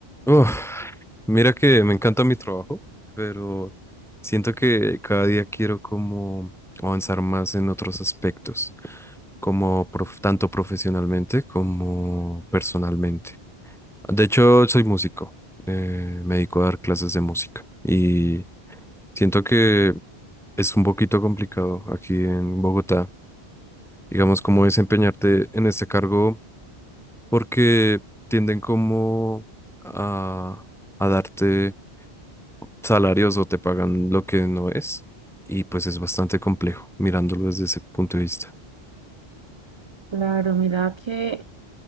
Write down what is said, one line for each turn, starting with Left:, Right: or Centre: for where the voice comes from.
Centre: Uf, mira que me encanta mi trabajo, pero siento que cada día quiero como avanzar más en otros aspectos, como prof- tanto profesionalmente como personalmente. De hecho, soy músico, eh, me dedico a dar clases de música y siento que es un poquito complicado aquí en Bogotá, digamos, como desempeñarte en este cargo porque tienden como a, a darte salarios o te pagan lo que no es. Y pues es bastante complejo mirándolo desde ese punto de vista.
Right: Claro, mira que